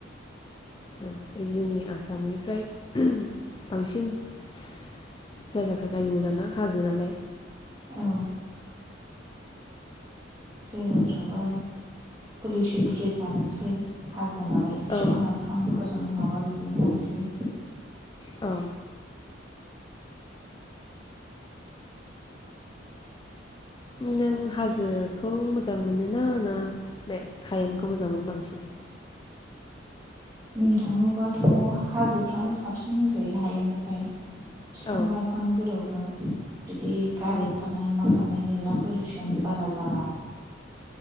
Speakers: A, on the left; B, on the right.
A: औ बे जोंनि आसामनिफ्राय बांसिन जायगाफ्रा नायनो मोजां ना हाजो नालाय।
B: औ जायगाफ्राबो पलिउसन फ्रि जानोसै हाजो जोनायखाय
A: औ
B: बिफां लाइफांफोर मोजां माबाजोबना लानोसै।
A: औ। नों हाजोखौ मोजां मोनोना ना बे हायेनखौ मोजां मोनो बांसिन?
B: बुंनो थाङोबाथ हाजोफ्रानो साबसिन होनजायो हायनिख्रुय। बिफां
A: औ
B: लाइफां जेराव बार बिदि गारि
A: औ
B: खारनाय मा खारनाय गैला पलुसन बारा जाला।